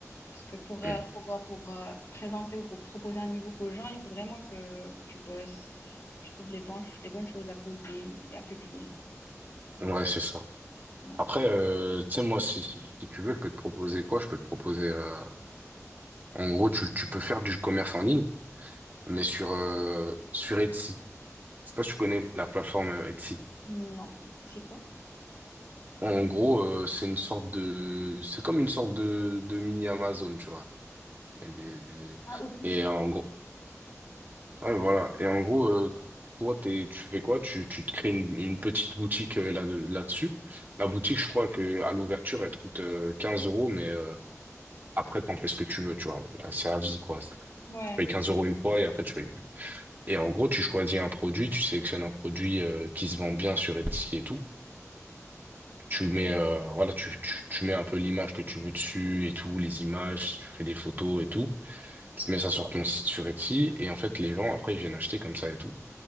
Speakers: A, on the left; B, on the right.
A: Parce que pour, euh,
B: Mm.
A: pour, euh, pour, euh, présenter ou pour proposer un niveau book aux gens, il faut vraiment que, que tu bosses, que tu trouves les bonnes, ch- les bonnes choses à poser et à publier.
B: Ouais, c'est ça.
A: Ouais.
B: Après, euh, tu sais, moi, si, si, si tu veux, je peux te proposer quoi? Je peux te proposer. euh, En gros, tu, tu peux faire du commerce en ligne, mais sur euh, sur Etsy. Je sais pas si tu connais la plateforme euh, Etsy.
A: Non. C'est quoi?
B: En gros, euh, c'est une sorte de, c'est comme une sorte de, de mini Amazon, tu vois. Et, des-
A: Ah, au plus.
B: et en gros, Ouais, voilà. Et en gros, euh, toi, t'es, tu fais quoi? Tu, tu te crées une, une petite boutique euh, là, là-dessus. La boutique, je crois que à l'ouverture, elle te coûte euh, 15 euros, mais euh, après, t'en fais ce que tu veux, tu vois. Là, C'est à vie, quoi. Tu
A: Ouais.
B: payes 15 euros une fois et après, tu payes plus. Et en gros, tu choisis un produit, tu sélectionnes un produit euh, qui se vend bien sur Etsy et tout. Tu mets, euh, voilà, tu, tu, tu mets un peu l'image que tu veux dessus et tout, les images, tu fais des photos et tout. Tu mets ça sur ton site sur Etsy et en fait, les gens, après, ils viennent acheter comme ça et tout.